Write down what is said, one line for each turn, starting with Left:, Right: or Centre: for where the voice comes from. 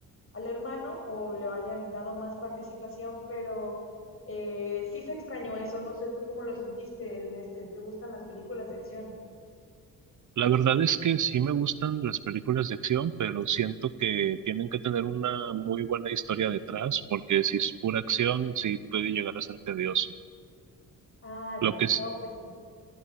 Left: al hermano o le hayan dado más participación, pero eh, sí se extrañó eso. No sé tú cómo lo sentiste en este, ¿te gustan las películas de acción?
Right: La verdad es que sí me gustan las películas de acción, pero siento que tienen que tener una muy buena historia detrás, porque si es pura acción, sí puede llegar a ser tedioso.
Left: Ah,
Right: Lo
Left: ya,
Right: que,
Left: no, pues sí,